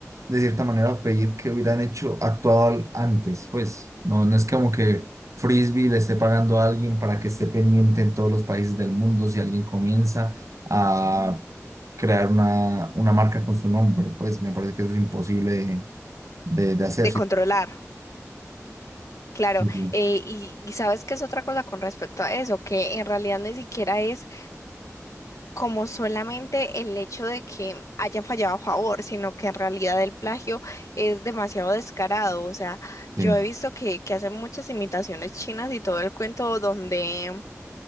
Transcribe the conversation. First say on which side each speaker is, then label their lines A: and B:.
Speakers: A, on the right (about 70°); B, on the left (about 75°).
A: de cierta manera pedir que hubieran hecho, actuado al- antes, pues no, no es como que Frisbee le esté pagando a alguien para que esté pendiente en todos los países del mundo si alguien comienza a crear una, una marca con su nombre, pues me parece que eso es imposible de, de, de hacer.
B: de
A: Sí,
B: controlar. Claro,
A: sí,
B: eh, y, y sabes que es otra cosa con respecto a eso, que en realidad ni siquiera es como solamente el hecho de que haya fallado a favor, sino que en realidad el plagio es demasiado descarado. O sea,
A: sí,
B: yo he visto que, que hacen muchas imitaciones chinas y todo el cuento donde